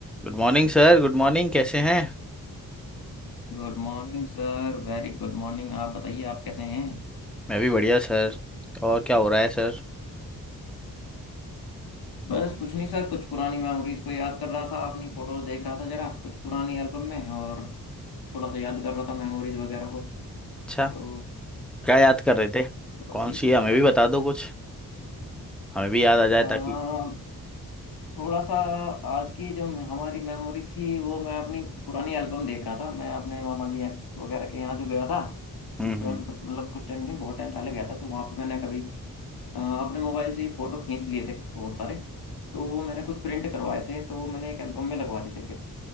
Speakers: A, in the centre; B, on the left.
A: Good morning sir Good morning कैसे हैं
B: Good morning sir Very good morning आप बताइए आप कैसे हैं
A: मैं भी बढ़िया सर और क्या हो रहा है सर
B: बस कुछ नहीं सर कुछ पुरानी मेमोरीज को याद कर रहा था अपनी फोटोज देख रहा था जरा कुछ पुरानी एल्बम में और थोड़ा सा याद कर रहा था मेमोरीज वगैरह को
A: अच्छा
B: तो
A: क्या याद कर रहे थे
B: थोड़ा
A: कौन
B: सा ये चल
A: सी है हमें
B: रहा
A: भी
B: था
A: बता दो कुछ हमें भी याद आ जाए
B: अम,
A: ताकि
B: थोड़ा सा आज की जो मे- हमारी मेमोरी थी वो मैं अपनी पुरानी एल्बम देख रहा था मैं अपने मामा जी वगैरह के यहाँ जो गया था कुछ
A: हम्म हम्म
B: टाइम मतलब कुछ टाइम नहीं बहुत टाइम पहले गया था तो वहाँ पे मैंने कभी अ, अपने मोबाइल से ही फोटो खींच लिए थे बहुत सारे तो वो मैंने कुछ प्रिंट करवाए थे तो मैंने एक एल्बम में लगवा दिए थे फिर